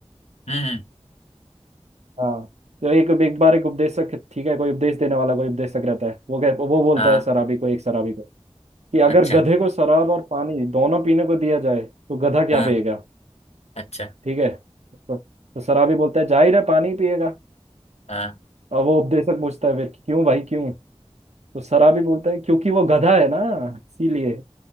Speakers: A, on the left; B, on the right.
A: हम्म
B: हाँ तो एक एक बार एक उपदेशक ठीक है कोई उपदेश देने वाला कोई उपदेशक रहता है वो कह वो बोलता
A: हाँ
B: है शराबी को एक शराबी को कि अगर
A: अच्छा
B: गधे को शराब और पानी दोनों पीने को दिया जाए तो गधा क्या
A: हाँ
B: पिएगा
A: अच्छा
B: ठीक है तो, तो शराबी बोलता है जाहिर है पानी पिएगा
A: हाँ
B: और वो उपदेशक पूछता है फिर क्यों भाई क्यों तो सरा भी बोलता है क्योंकि वो गधा है ना इसीलिए